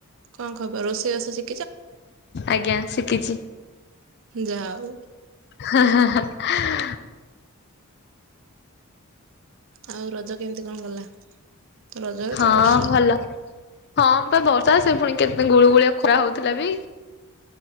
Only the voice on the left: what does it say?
ଆଜ୍ଞା ଶିଖିଚି।
ହାଁ ହାଁ ହାଁ
ହଁ
ଭଲ। ହଁ ତ ବର୍ଷା ସେ ପୁଣି କେତ ଗୁଳୁ ଗୁଳିଆ ଖରା ହଉଥିଲା ବି